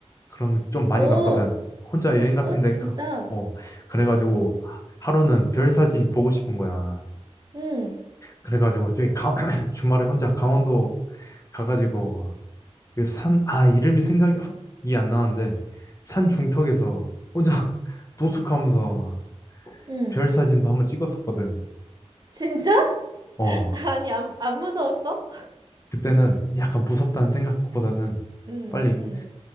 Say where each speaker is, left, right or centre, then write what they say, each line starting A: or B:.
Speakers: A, on the left; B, on the right.
A: 그런 거좀 많이
B: 오,
A: 갔거든. 혼자 여행 같은
B: 어, 진짜?
A: 데 가. 어, 그래가지고 하- 하루는 별 사진 보고 싶은 거야.
B: 응,
A: 그래가지고 저기 강- <clears throat> 주말에 혼자 강원도 가가지고 그 산, 아, 이름이 생각이 이안 나는데 산 중턱에서 혼자 <laughs> 노숙하면서
B: 응.
A: 별 사진도 한번 찍었었거든.
B: 진짜?
A: 어,
B: <laughs> 아니, 안, 안 무서웠어?
A: 그때는 약간 무섭다는 생각보다는
B: 응,
A: 빨리
B: 응.